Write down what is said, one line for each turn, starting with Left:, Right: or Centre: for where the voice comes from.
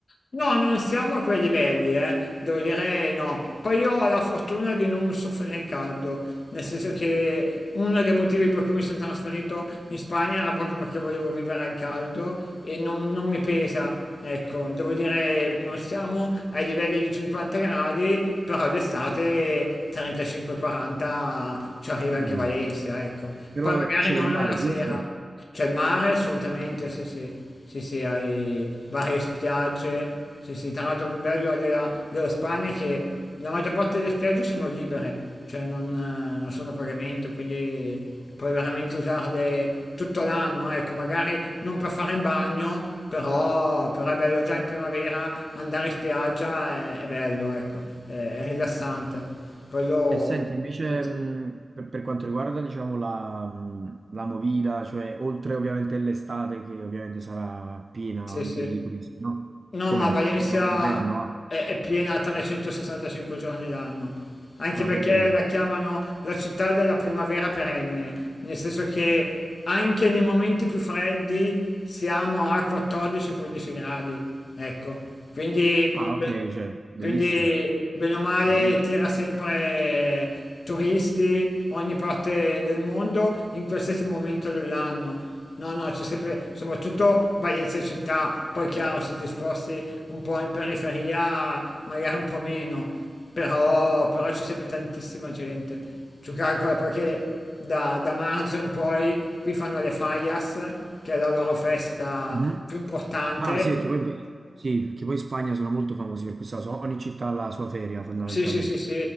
Left: No, non siamo a quei livelli, eh. Devo dire eh, no. Poi io ho la fortuna di non soffrire il caldo, nel senso che uno dei motivi per cui mi sono trasferito in Spagna era proprio perché volevo vivere al caldo e non, non mi pesa. Ecco, devo dire non siamo ai livelli di 50 gradi, però d'estate 35-40 ci arriva anche
Right: Mm.
Left: Valencia, ecco.
Right: Però
Left: Poi magari
Right: c'è
Left: non
Right: il mare,
Left: alla
Right: giusto?
Left: sera. C'è il mare assolutamente, sì sì, sì sì, hai varie spiagge, sì sì, tra l'altro il bello della, della Spagna è che la maggior parte delle spiagge sono libere, cioè non, eh, non sono a pagamento, quindi puoi veramente usarle tutto l'anno, ecco, magari non per fare il bagno, però, però è bello già in primavera andare in spiaggia, è, è bello, ecco, è, è rilassante, quello
Right: E senti, invece
Left: sì sì,
Right: mh, per, per quanto riguarda diciamo, la, mh, la Movida, cioè oltre ovviamente l'estate che ovviamente sarà piena
Left: sì,
Right: anche
Left: sì.
Right: di turisti, no?
Left: No,
Right: Com'è?
Left: ma Valencia
Right: Diciamo l'inverno, ah.
Left: è, è piena 365 giorni l'anno, anche
Right: Ah,
Left: perché
Right: che bello.
Left: la chiamano la città della primavera perenne, nel senso che anche nei momenti più freddi siamo a 14-15 gradi, ecco, quindi
Right: Ah,
Left: beh,
Right: ok, cioè, bellissimo,
Left: quindi, bene o male,
Right: bellissimo.
Left: tira sempre turisti, ogni parte del mondo, in qualsiasi momento dell'anno. No, no, c'è sempre, soprattutto Valencia città, poi chiaro, se ti sposti un po' in periferia, magari un po' meno, però, però c'è sempre tantissima gente. Tu calcola perché da, da marzo in poi qui fanno le Fallas, che è la loro festa
Right: Mhm.
Left: più importante,
Right: Ah, sì, perché poi, sì, perché poi in Spagna sono molto famosi per questa cosa, ogni città ha la sua feria fondamentalmente.
Left: Sì, sì, sì, sì,